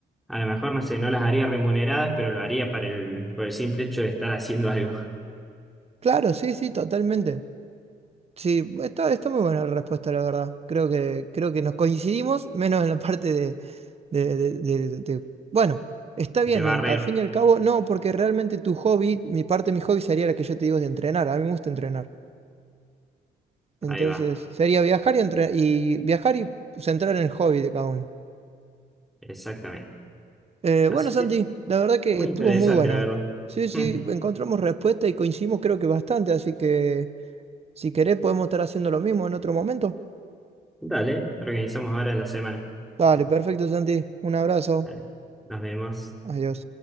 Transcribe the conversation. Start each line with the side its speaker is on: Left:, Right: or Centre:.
Centre: a lo mejor, no sé, no las haría remuneradas, pero lo haría para el, por el simple hecho de estar haciendo <laughs> algo.
Right: Claro, sí, sí, totalmente. Sí, está, está muy buena la respuesta, la verdad. Creo que, creo que nos coincidimos, menos en la parte de, de- de- de- de- Bueno, está
Centre: de
Right: bien,
Centre: barrer.
Right: en- al fin y al cabo, no, porque realmente tu hobby, mi parte de mi hobby sería la que yo te digo de entrenar. A mí me gusta entrenar. Entonces,
Centre: Ahí va,
Right: sería viajar y, entre- y viajar y centrar en el hobby de cada uno.
Centre: exactamente.
Right: Eh,
Centre: Así
Right: bueno, Santi,
Centre: que
Right: la verdad que
Centre: muy
Right: estuvo
Centre: interesante,
Right: muy buena.
Centre: la verdad.
Right: Sí, sí,
Centre: <laughs>
Right: encontramos respuesta y coincidimos creo que bastante, así que si querés podemos estar haciendo lo mismo en otro momento.
Centre: Dale, organizamos ahora en la semana.
Right: Dale, perfecto, Santi. Un abrazo.
Centre: Dale, nos vemos.
Right: Adiós.